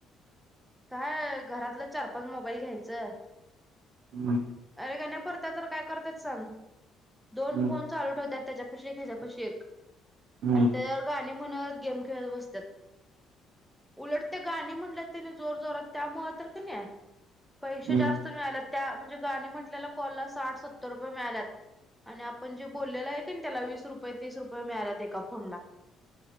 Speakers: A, in the centre; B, on the right.
A: काय घरातलं चार-पाच मोबाईल घ्यायचं
B: हम्म.
A: वेगाने परता तर काय करत्यात सांग? दोन
B: हम्म
A: फोन चालू ठेवत्यात त्याच्यापाशी एक, ह्याच्यापाशी एक
B: हम्म
A: आणि त्याच्यावर गा णी म्हणत गेम खेळत बसत्यात. उलट त्या गाणी म्हणलं तिने जोर जोरात त्यामुळे तर किनाय पैसे
B: हम्म
A: जास्त मिळाल्यात. त्या म्हणजे गाणी म्हटल्याला कॉलला साठ-सत्तर रुपये मिळाल्यात आणि आपण जे बोललेलं आहे की नाही त्याला वीस रुपये, तीस रुपये मिळाल्यात एका फोनला.